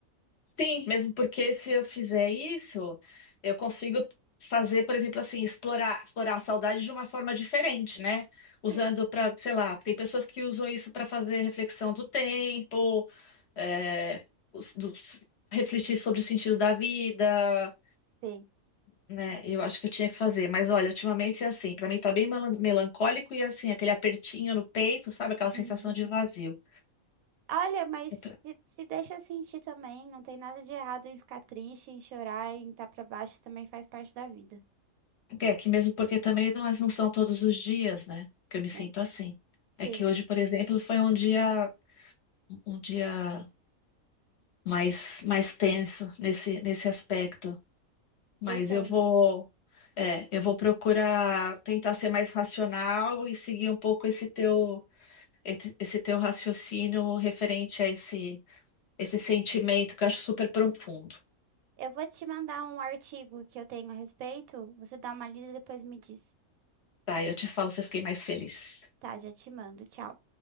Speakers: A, on the left (about 60°); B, on the right (about 80°).
A: Sim, mesmo porque se eu fizer isso, eu consigo fazer, por exemplo, assim, explorar, explorar a saudade de uma forma diferente, né? Usando
B: Sim,
A: para, sei lá, tem pessoas que usam isso para fazer reflexão do tempo, é, os- do- refletir sobre o sentido da vida
B: sim.
A: né? Eu acho que eu tinha que fazer. Mas olha, ultimamente é assim, pra mim tá bem melan- melancólico e assim, aquele apertinho no peito, sabe? Aquela
B: <laughs>
A: sensação de vazio.
B: Olha, mas
A: É, pra-
B: se, se deixa sentir também, não tem nada de errado em ficar triste, em chorar, em estar pra baixo, também faz parte da vida,
A: é que mesmo porque também não, é, não são todos os dias, né? Que eu me sinto
B: né?
A: assim.
B: Sim,
A: É que hoje, por exemplo, foi um dia um dia mais mais tenso nesse nesse aspecto. Mas
B: eu entendo.
A: eu vou é, eu vou procurar tentar ser mais racional e seguir um pouco esse teu esse esse teu raciocínio referente a esse esse sentimento que eu acho super profundo.
B: Eu vou te mandar um artigo que eu tenho a respeito, você dá uma lida e depois me diz.
A: Tá, eu te falo se eu fiquei mais feliz.
B: Tá, já te mando. Tchau.